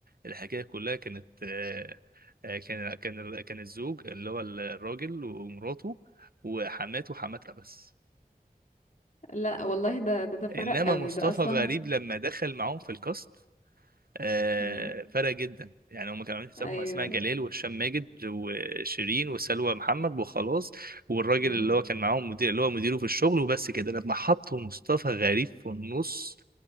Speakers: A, on the right; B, on the left.
A: الحكايه كلها كانت آه، آه، كان كان ال- كان الزوج اللي هو ال- الراجل ومراته وحماته حماتها بس
B: لا والله ده ده, ده فرق
A: انما
B: قوي
A: مصطفى
B: ده اصلا
A: غريب لما دخل معاهم في الكاست آه،
B: مم.
A: فرق جدا يعني هم كانوا عاملين حسابهم
B: ايوه
A: اسماء جلال وهشام ماجد وشيرين وسلوى محمد وخلاص والراجل
B: مم.
A: اللي هو كان معاهم مدير اللي هو مديره في الشغل وبس كده لما حطوا مصطفى غريب في النص